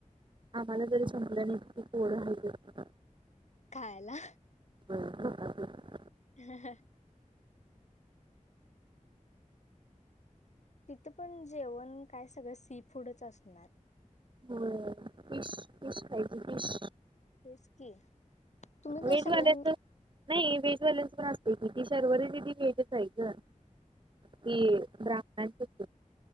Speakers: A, on the right; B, on the left.
A: आम्हाला जरी सपलं नाही तरी पोर आहेतच
B: खायला.
A: हो ह <inaudible>
B: ह ह तिथं पण जेवण काय सगळं सी फूडच असणार.
A: होय फिश फिश खायचं फिश
B: तेच की, तुम्ही
A: व्हेजवाल्याच
B: काय सगळ्यां
A: नाही. व्हेजवाल्याच पण असतंय' की ती शर्वरी दीदी व्हेजच आहे गं ती ब्राह्मणांचच.